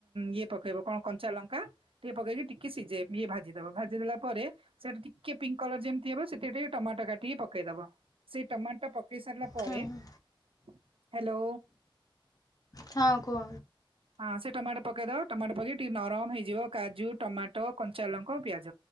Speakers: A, on the right; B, on the left.
A: ଇଏ ପକେଇବ କଣ କଞ୍ଚା ଲଙ୍କା ଟିକେ ପକେଇକି ଟିକେ ସିଝେଇଏ ଭାଜି ଦବା ଭାଜି ଦେଲା ପରେ ସେଟା ଟିକେ ପିଙ୍କ କଲର ଯେମ ବ ସେଥିରେ ଟିକେ ଟମାଟୋ କାଟିକି ପକେଇଦବ ସେଇ ଟମାଟୋ ପକେଇ ସାରିଲା ପରେ
B: ହୁଁ
A: ହ୍ୟାଲୋ।
B: ହଁ କୁହ।
A: ହଁ ସେ ଟମାଟୋ ପକେଇଦବ ଟମାଟୋ ପକେଇକି ଟିକେ ନରମ ହେଇଯିବ କାଜୁ ଟମାଟୋ କଞ୍ଚା ଲଙ୍କ ପିଆଜ